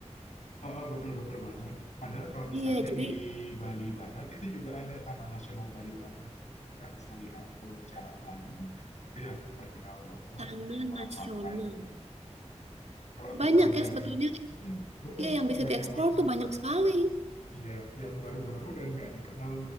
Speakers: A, on the left; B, on the right.
A: Eh, eh, betul-betul banget. Padahal kalau misalnya
B: Iya, jadi
A: di Bali Barat itu juga ada Taman Nasional Bali Barat. Nanti kakak bisa lihat Burung Jalak Bali itu yang terkenal banget
B: Taman
A: sama
B: Nasional.
A: pantainya. Kalau keluar
B: Banyak
A: dari
B: ya sebetulnya.
A: mm betul-betul
B: Iya, yang bisa
A: banyak
B: dieksplor
A: banget.
B: tuh banyak sekali.
A: Iya, yang baru-baru dan nggak dikenal